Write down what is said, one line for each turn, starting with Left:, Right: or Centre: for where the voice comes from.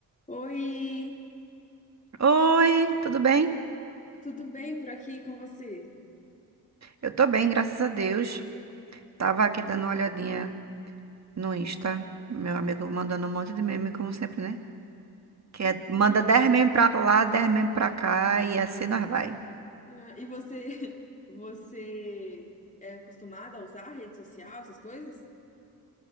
Left: Oi,
Right: Oi, tudo bem?
Left: tudo bem por aqui com você?
Right: Eu tô bem, graças a Deus. Tava aqui dando uma olhadinha no Insta, meu amigo mandando um monte de meme, como sempre, né? Que é, manda 10 meme pra lá, 10 meme pra cá e assim nós vai.
Left: Ah, e você, <laughs> você é acostumada a usar rede social, essas coisas?